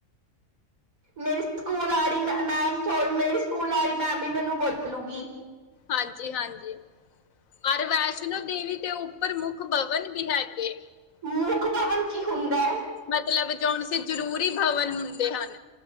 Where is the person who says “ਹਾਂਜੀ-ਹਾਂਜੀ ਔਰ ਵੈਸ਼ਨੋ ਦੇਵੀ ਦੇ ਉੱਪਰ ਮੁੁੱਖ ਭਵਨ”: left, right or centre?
Left